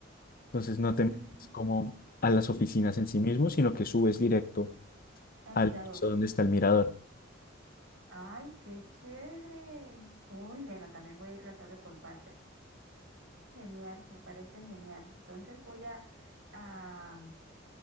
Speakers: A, on the left; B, on the right.
A: Entonces no
B: mm,
A: te metes como a las oficinas en sí mismo, sino que subes directo
B: al
A: al
B: mirador.
A: piso donde está el mirador.
B: Ay, qué chévere. Uy, bueno, también voy a ir a la Torre Colpatria. Genial, me parece genial. Entonces voy a, a,